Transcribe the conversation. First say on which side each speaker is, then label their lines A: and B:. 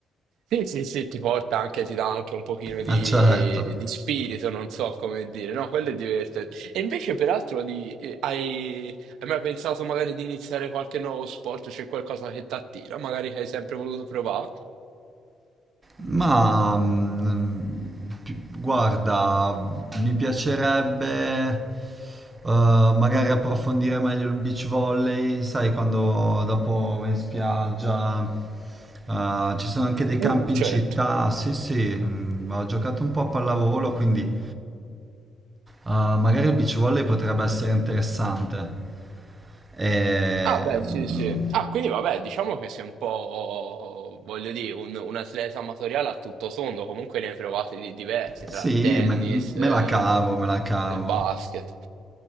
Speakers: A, on the right; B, on the right.
A: Sì, sì, sì, ti porta anche, ti dà anche un pochino di,
B: Ah, certo.
A: di spirito, non so come dire, no, quello è divertente. E invece, peraltro, di, eh, hai, hai mai pensato magari di iniziare qualche nuovo sport? C'è qualcosa che ti attira, magari che hai sempre voluto provare?
B: Ma mm, pi- guarda, mi piacerebbe eh, magari approfondire meglio il beach volley, sai, quando dopo vai in spiaggia, eh, ci sono anche dei campi
A: Uh,
B: in
A: certo.
B: città. Sì, sì, mm, ho giocato un po' a pallavolo, quindi eh, magari il beach volley potrebbe essere interessante. E,
A: Ah, beh,
B: mm,
A: sì, sì. Ah, quindi vabbè, diciamo che sei un po', voglio dire, un, un atleta amatoriale a tutto tondo, comunque ne hai provati di diversi,
B: sì,
A: tra il tennis,
B: me me
A: eh,
B: la cavo, me la cavo.
A: il basket.